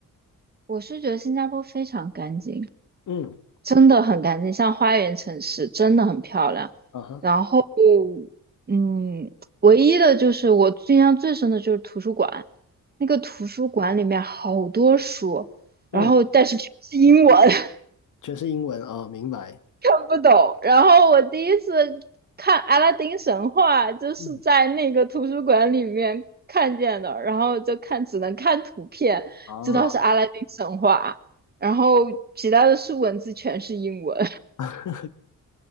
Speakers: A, on the right (about 30°); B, on the left (about 70°).
A: 我是觉得新加坡非常干净。
B: 嗯，
A: 真的很干净，像花园城市，真的很漂亮。
B: 啊哈，
A: 然后，嗯，唯一的就是我印象最深的就是图书馆，那个图书馆里面好多书，然后但是全是英文，
B: 嗯，
A: <laughs>
B: 全是英文啊，明白。
A: 看不懂。然后我第一次看《阿拉丁神话》，就是在那个图书馆里面看见的，
B: 嗯，
A: 然后就看只能看图片，
B: 啊，
A: 知道是《阿拉丁神话》，然后其他的是文字全是英文。
B: <laughs>